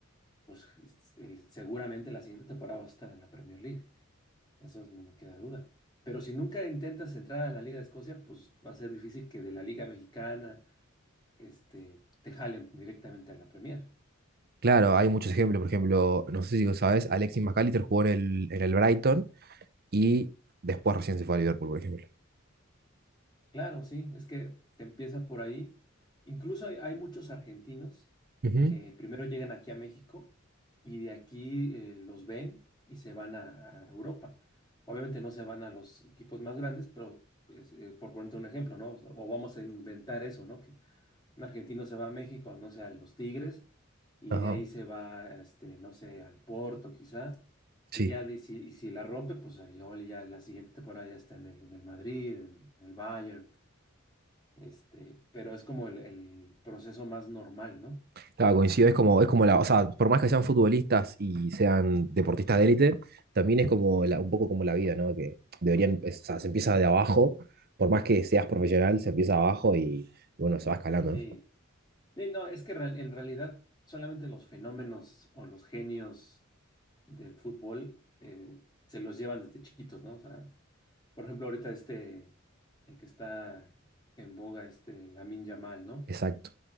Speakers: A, on the left; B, on the right.
A: pues eh, seguramente la siguiente temporada vas a estar en la Premier League, eso no me queda duda. Pero si nunca intentas entrar a la Liga de Escocia, pues va a ser difícil que de la Liga Mexicana este, te jalen directamente a la Premier.
B: Claro, hay muchos ejemplos. Por ejemplo, no sé si lo sabes, Alexis Mac Allister jugó en el, en el Brighton y después recién se fue a Liverpool, por ejemplo.
A: Claro, sí, es que se empieza por ahí. Incluso hay, hay muchos argentinos
B: Ujú.
A: que primero llegan aquí a México y de aquí eh, los ven y se van a, a Europa. Obviamente no se van a los equipos más grandes, pero pues, eh, por ponerte un ejemplo, ¿no? O vamos a inventar eso, ¿no? Que un argentino se va a México, no sé, a los Tigres y
B: Ajá.
A: de ahí se va, este, no sé, al Porto quizá.
B: Sí.
A: Y ya de- si, y si la rompe, pues salió ya la siguiente temporada ya está en el, en el Madrid, en el en el Bayern. Este, pero es como el, el proceso más normal, ¿no?
B: Claro, coincido. Es como, es como la, o sea, por más que sean futbolistas y sean deportistas de élite, también es como la- un poco como la vida, ¿no? Que deberían, es- o sea, se empieza de abajo. Por más que seas profesional, se empieza abajo y bueno, se va escalando,
A: Sí.
B: ¿no?
A: Sí, no, es que real- en realidad solamente los fenómenos o los genios del fútbol eh, se los llevan desde chiquitos, ¿no? O sea, por ejemplo, ahorita este, el que está en boga, este Lamine Yamal, ¿no?
B: Exacto.